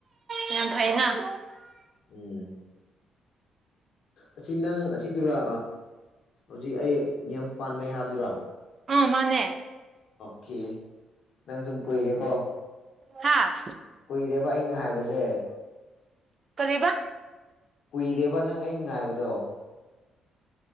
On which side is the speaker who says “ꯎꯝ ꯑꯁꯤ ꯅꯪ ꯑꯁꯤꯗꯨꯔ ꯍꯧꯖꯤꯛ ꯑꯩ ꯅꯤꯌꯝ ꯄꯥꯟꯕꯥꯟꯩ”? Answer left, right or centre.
Left